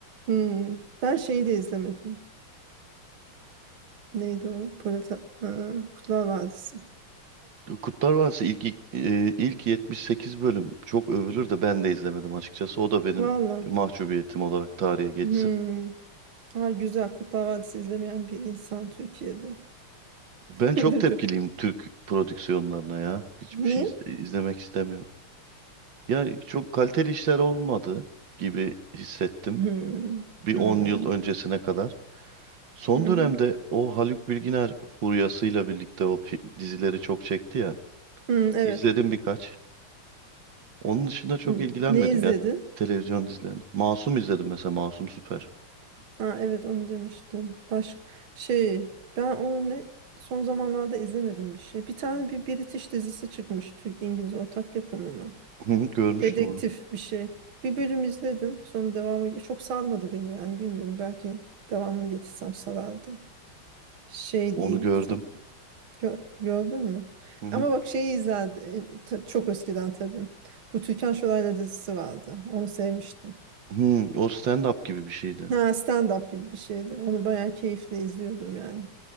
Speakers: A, on the right (about 75°); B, on the right (about 60°).
A: Hmm, Ben şeyi de izlemedim. Neydi o? Polat Ha, Kurtlar Vadisi.
B: Kurtlar Vadisi ilk ilk, e, ilk 78 bölüm çok övülür de ben de izlemedim açıkçası. O da benim
A: Valla.
B: mahcubiyetim olarak tarihe geçsin.
A: Hmm. Aa, güzel. Kurtlar Vadisi izlemeyen bir insan Türkiye'de.
B: Ben çok
A: <laughs>
B: tepkiliyim
A: Çok-
B: Türk prodüksiyonlarına ya. Hiçbir
A: Niye?
B: şey iz- izlemek istemiyorum. Ya çok kaliteli işler olmadı gibi hissettim.
A: Hmm.
B: bir
A: Hmm.
B: 10 yıl öncesine kadar. Son
A: Hı
B: dönemde
A: hı.
B: o Haluk Bilginer furyasıyla birlikte o fi- dizileri çok çekti ya.
A: Hmm, evet.
B: İzledim birkaç. Onun dışında çok
A: Hmm,
B: ilgilenmedim
A: Ne izledin?
B: ya televizyon dizilerini. Masum izledim mesela Masum Süper.
A: Ha, evet onu demiştin. Başka şey. Ben onu ne son zamanlarda izlemedim bir şey. Bir tane bir British dizisi çıkmış. Türk-İngiliz ortak yapımı mı?
B: Hı hı, Görmüştüm
A: Dedektif
B: onu.
A: bir şey. Bir bölüm izledim. Sonra devamı çok sarmadı beni yani bilmiyorum. Belki devamını getirsem sarardı. Şey
B: Onu
A: değil.
B: gördüm.
A: Sen gö- gördün mü?
B: Hı hı.
A: Ama bak şeyi izlerdim. Çok eskiden tabii. Bu Türkan Şoray'la dizisi vardı. Onu sevmiştim.
B: Hı, o stand-up gibi bir şeydi.
A: Ha, stand-up gibi bir şeydi. Onu bayağı keyifle izliyordum yani.